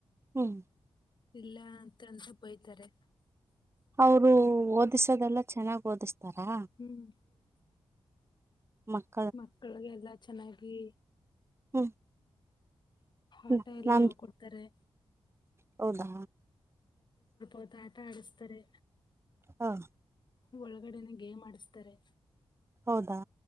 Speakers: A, on the right; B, on the left.
A: ಹ್ಮ್
B: ಇಲ್ಲ ಅಂತಂತ ಬಯ್ತಾರೆ.
A: ಅವರು ಓದಿಸದೆಲ್ಲ ಚೆನ್ನಾಗ್ ಓದಿಸ್ತಾರಾ.
B: ಹ್ಮ್
A: ಮಕ್ಕಳ.
B: ಮಕ್ಕಳಗೆಲ್ಲಾ ಚೆನ್ನಾಗಿ.
A: ಹ್ಮ್ ಹ್ಮ್
B: ಆಟ ಎಲ್ಲ
A: ನಾನ್
B: ಹೇಳ ಕೊಡ್ತಾರೆ.
A: ಹೌದಾ.......
B: ಹೊತ್ತು ಆಟ ಆಡಸ್ತಾರೆ
A: ಹಾ.
B: ಒಳಗಡೆನೆ ಗೇಮ್ ಆಡಿಸ್ತಾರೆ.
A: ಹೌದಾ